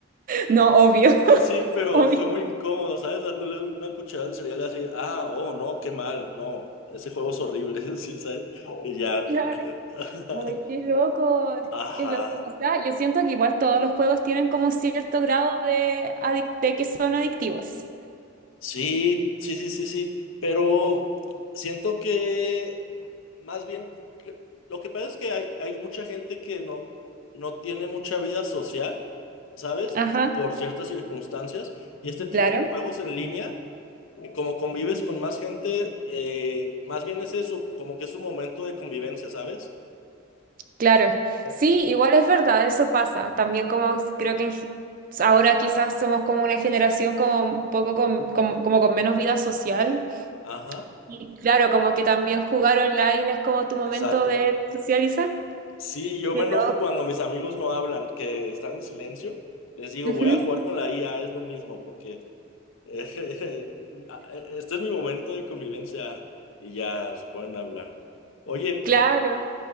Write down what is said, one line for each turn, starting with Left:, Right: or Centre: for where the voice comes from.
Right: no, obvio,
Left: Sí, pero
Right: obvio.
Left: fue muy incómodo, ¿sabes? Dándole una cucharada al cereal así, ah, oh, no, qué mal, no, ese juego es horrible, <laughs> sí, ¿sabes? Y ya,
Right: Claro.
Left: <laughs>
Right: Ay, qué loco,
Left: ajá.
Right: qué loco. O sea, yo siento que igual todos los juegos tienen como un cierto grado de, adic- de que son adictivos.
Left: Sí, sí, sí, sí, sí, pero siento que más bien que- lo que pasa es que hay, hay mucha gente que no, no tiene mucha vida social, ¿sabes?
Right: Ajá,
Left: Por ciertas circunstancias, y este tipo
Right: claro,
Left: de juegos en línea, eh, como convives con más gente, eh, más bien es eso, como que es un momento de convivencia, ¿sabes?
Right: claro.
Left: Eh,
Right: Sí, igual es verdad, eso pasa. También como creo que en g- ahora quizás somos como una generación como un poco con, como, como con menos vida social.
Left: Ajá,
Right: Y claro, como que también jugar online es como tu momento
Left: exacto.
Right: de socializar.
Left: Sí, yo
Right: Qué
Left: me enojo
Right: loco.
Left: cuando mis amigos no hablan, que están en silencio, les digo,
Right: Ujú,
Left: voy a jugar con la IA, es lo mismo, porque... <laughs> Este es mi momento de convivencia y ya se pueden hablar. Oye,
Right: Claro.